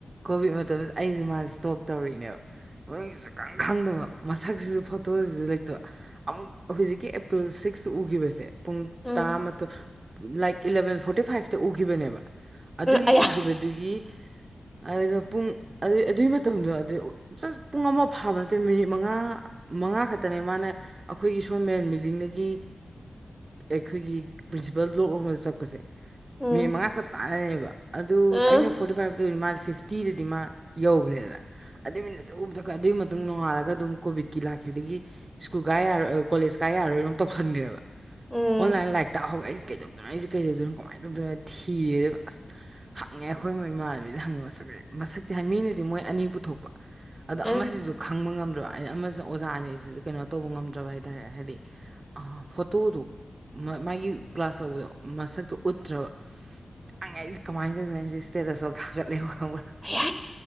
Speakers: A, on the right (about 45°); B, in the centre.
A: ꯀꯣꯚꯤꯠ ꯃꯇꯝꯗ ꯑꯩꯁꯦ ꯃꯥꯁ ꯁ꯭ꯇꯣꯛ ꯇꯧꯔꯤꯛꯅꯦꯕ ꯃꯃꯤꯡꯁꯨ ꯈꯪ ꯈꯪꯗꯕ ꯃꯁꯛꯁꯤꯁꯨ ꯐꯣꯇꯣꯖꯤꯁꯨ ꯂꯩꯇꯕ ꯑꯃꯨꯛ ꯍꯧꯖꯤꯛꯀꯤ ꯑꯦꯄ꯭ꯔꯤꯜ ꯁꯤꯛꯁꯇ ꯎꯒꯤꯕꯁꯦ ꯄꯨꯡ
B: ꯎꯝ
A: ꯇꯔꯥꯃꯊꯣꯏ ꯂꯥꯏꯛ ꯏꯂꯕꯦꯟ ꯐꯣꯔꯇꯤ ꯐꯥꯏꯚꯇ ꯎꯒꯤꯕꯅꯦꯕ ꯑꯗꯨꯒꯤ
B: ꯑꯌꯥ
A: ꯎꯈꯤꯕꯗꯨꯒꯤ ꯑꯗꯨꯒ ꯄꯨꯡ ꯑꯗꯨ ꯑꯗꯨꯒꯤ ꯃꯇꯝꯗꯣ ꯑꯗꯨꯩ ꯖꯁ ꯄꯨꯡ ꯑꯃ ꯐꯥꯕ ꯅꯠꯇꯦ ꯃꯤꯅꯤꯠ ꯃꯉꯥ ꯃꯉꯥ ꯈꯛꯇꯅꯦ ꯃꯥꯅ ꯑꯩꯈꯣꯏꯒꯤ ꯁꯣꯝ ꯃꯦꯟ ꯕꯤꯜꯗꯤꯡꯗꯒꯤ ꯑꯩꯈꯣꯏꯒꯤ ꯄ꯭ꯔꯤꯟꯁꯤꯄꯥꯜ ꯕ꯭ꯂꯣꯛ ꯔꯣꯝꯗ ꯆꯠꯄꯖꯦ
B: ꯎꯝ
A: ꯃꯤꯅꯤꯠ ꯃꯉꯥ ꯆꯞ ꯆꯥꯟꯅꯦꯕ ꯑꯗꯨ
B: ꯎꯝ
A: ꯑꯩꯅ ꯐꯣꯔꯇꯤ ꯐꯥꯏꯚ ꯇꯧꯅꯤ ꯃꯥꯗꯤ ꯐꯤꯐ ꯇꯤꯗꯗꯤ ꯃꯥ ꯌꯧꯈꯒꯔꯦꯗ ꯑꯗꯨꯏꯃꯤꯅꯠ ꯎꯕꯗ ꯑꯗꯨꯒꯤ ꯃꯇꯨꯡ ꯅꯣꯡꯉꯥꯜꯂꯒ ꯑꯗꯨꯝ ꯀꯣꯕꯤꯠꯀꯤ ꯂꯥꯛꯈꯤꯕꯗꯒꯤ ꯁ꯭ꯀꯨꯜ ꯀꯥ ꯌꯥꯔꯣꯏ ꯀꯣꯂꯦꯖ ꯀꯥ ꯌꯥꯔꯣꯏꯅ ꯑꯃꯨꯛ ꯇꯧꯁꯟꯒ꯭ꫪꯦꯕ ꯑꯣꯟꯂꯥꯏꯟ
B: ꯎꯝ
A: ꯂꯥꯏꯔꯤꯛ ꯇꯥꯍꯧꯒꯔꯦ ꯑꯩꯖꯦ ꯀꯩꯗꯧꯗꯣꯏꯅꯣ ꯑꯩꯖꯦ ꯀꯩꯗꯧꯗꯣꯏꯅꯣ ꯀꯃꯥꯏꯅ ꯇꯧꯗꯣꯏꯅꯣ ꯊꯤꯔꯦ ꯗꯨꯒ ꯑꯁ ꯍꯪꯉꯦ ꯑꯩꯈꯣꯏ ꯏꯃꯥꯟꯅꯕꯤꯗ ꯍꯪꯉꯦ ꯃꯁꯛꯁꯦ ꯃꯁꯛꯇꯤ ꯍꯥꯏ ꯃꯤꯅꯗꯤ ꯃꯣꯏ ꯑꯅꯤ ꯄꯨꯊꯣꯛꯄ ꯑꯗꯣ
B: ꯑꯌꯥ
A: ꯑꯃꯖꯤꯖꯨ ꯈꯪꯕ ꯉꯝꯗ ꯑꯃꯁ ꯑꯣꯖꯥ ꯑꯅꯤꯁꯤꯁꯨ ꯀꯩꯅꯣ ꯇꯧꯕ ꯉꯝꯗ꯭ꯔꯕ ꯍꯥꯏꯇꯥꯔꯦ ꯍꯥꯏꯗꯤ ꯐꯣꯇꯣꯗꯨ ꯃꯥꯒꯤ ꯀ꯭ꯂꯥꯁ ꯂꯧꯕꯗꯣ ꯃꯁꯛꯇꯣ ꯎꯠꯇ꯭ꯔꯕ ꯆꯪꯉꯦ ꯑꯩꯁ ꯀꯃꯥꯏꯅ ꯇꯧꯗꯅꯣ ꯑꯩꯖꯦ ꯏꯁꯇꯦꯁꯇꯁ ꯐꯥꯎ ꯊꯥꯒꯠꯂꯦ ꯈꯪꯕꯔ
B: ꯑꯥ ꯌꯥ